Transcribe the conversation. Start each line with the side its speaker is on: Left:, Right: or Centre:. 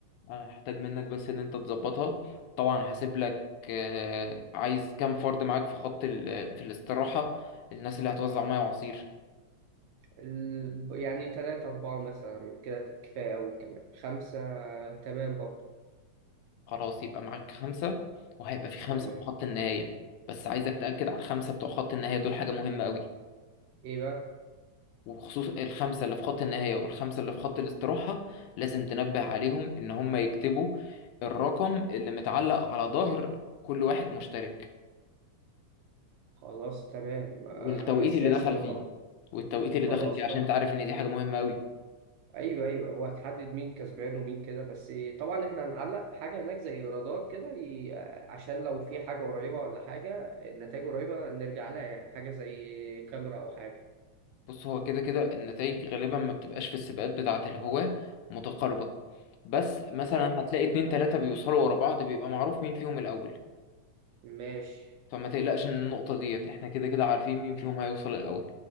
Left: هحتاج منك بس ان انت تظبطها طبعا هسيب لك آه، عايز كام فرد معاك في خط ال- في الاستراحة الناس اللي هتوزع ميه وعصير
Right: ال... يعني تلاتة أربعة مثلا كده كفاية أوي كمان خمسة تمام برضو
Left: خلاص يبقى معاك خمسة وهيبقى في خمسة
Right: تمام
Left: في خط النهاية بس عايزك تأكد على الخمسة بتوع خط النهاية دول حاجة مهمة قوي
Right: إيه بقى؟
Left: وخصوص الخمسة اللي في خط النهاية والخمسة اللي في خط الاستراحة لازم تنبه عليهم إن هم يكتبوا الرقم اللي متعلق على ظهر كل واحد مشترك
Right: خلاص تمام آه،
Left: والتوقيت
Right: أساسي
Left: اللي دخل
Right: ده
Left: فيه
Right: طبعا
Left: والتوقيت اللي
Right: خلاص
Left: دخل فيه عشان
Right: طبعا
Left: تعرف إن دي حاجة مهمة قوي
Right: ايوه ايوه وهتحدد مين كسبان ومين كده بس طبعا احنا هنعلق حاجه هناك زي رادار كده ي- آه، عشان لو في حاجه قريبه ولا حاجه النتائج قريبه نرجع لها يعني حاجه زي كاميرا او حاجه
Left: بص هو كده كده النتائج غالبا ما بتبقاش في السباقات بتاعة الهواة متقاربة بس مثلا
Right: ايوه
Left: هتلاقي
Right: ايوه
Left: اتنين تلاتة بيوصلوا ورا بعض بيبقى معروف مين فيهم الأول
Right: ماشي
Left: فما تقلقش من النقطة ديت احنا كده كده عارفين مين فيهم هيوصل الأول